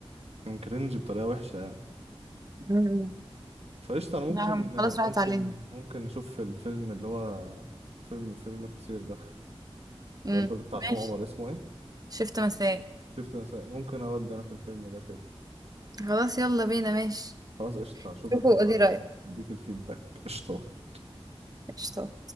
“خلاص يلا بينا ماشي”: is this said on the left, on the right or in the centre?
Right